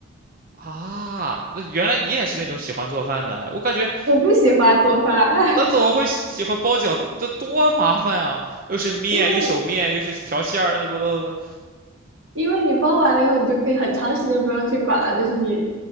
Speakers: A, on the right; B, on the right.
A: 啊，那原来你也是那种喜欢做饭的哎我感觉
B: 我不喜欢做饭，
A: 那怎么会喜喜欢包饺子？这多麻烦啊！又是面，
B: <laughs> 因为
A: 一手面，又是调馅儿，乱七八糟的。
B: 因为你包完了以后，你就可以很长时间不用去管了。就是你